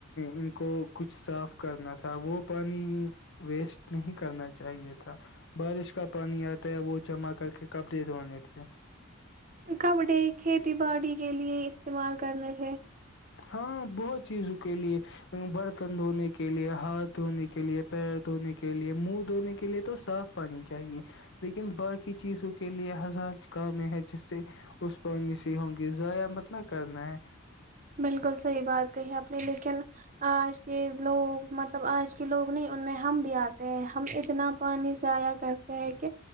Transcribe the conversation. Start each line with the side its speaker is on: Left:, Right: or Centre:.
Left: ان کو کچھ صاف کرنا تھا وہ پانی ویسٹ نہیں کرنا چاہیے تھا بارش کا پانی آتا ہے وہ جمع کر کے کپڑے دھونے تھے
Right: کپڑے کھیتی باڑی کے لیے استعمال کرنے تھے
Left: ہاں بہت چیزوں کے لیے برتن دھونے کے لیے ہاتھ دھونے کے لیے پیر دھونے کے لیے منہ دھونے کے لیے تو صاف پانی چاہیے لیکن باقی چیزوں کے لیے ہزار کامیں ہیں جس سے اس پانی سے ہوں گے ضائع مطلب کرنا ہے
Right: بالکل صحیح بات کہی آپ نے لیکن آج کے لوگ مطلب آج کے لوگ نہیں ان میں ہم بھی آتے ہیں ہم اتنا پانی سے آیا کرتے ہیں کہ